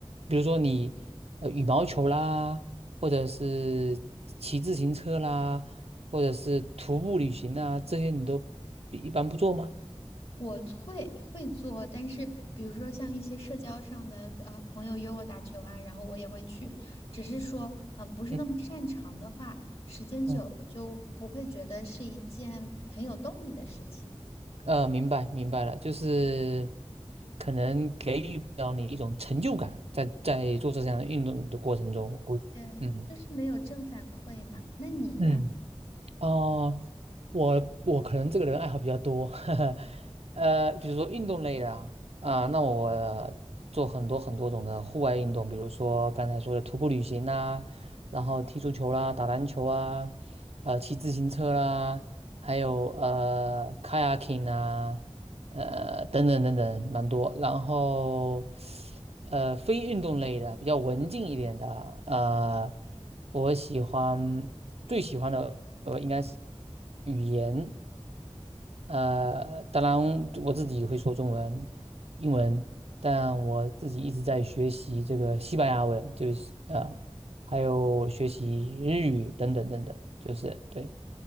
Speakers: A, on the right (about 75°); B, on the left (about 65°).
A: 比如说你呃羽毛球啦，或者是骑自行车啦，或者是徒步旅行啊，这些你都比一般不做吗？
B: 我会会做，但是比如说像一些社交上的呃朋友约我打球啊，然后我也会去，只是说嗯、呃不是那么擅长的话，
A: 嗯
B: 时间久了就不会觉得是一件很有动力的事情。
A: 嗯，呃，明白明白了，就是。可能给予不了你一种成就感在，在做这项运动的过程中，我估计，
B: 对，
A: 嗯
B: 就是没有正反馈嘛。那你呢？
A: 嗯。哦，我我可能这个人爱好比较多，<laughs> 呵呵，呃，比如说运动类的啊，啊，那我做很多很多种的户外运动，比如说刚才说的徒步旅行啦、然后踢足球啦、打篮球啊，呃，骑自行车啦，还有呃 kayaking 啊，呃，等等等等，蛮多。然后呃，非运动类的比较文静一点的啊，呃，我喜欢。最喜欢的呃应该是语言，呃，当然我自己会说中文、英文，但我自己一直在学习这个西班牙文，就是呃，还有学习日语等等等等，就是对，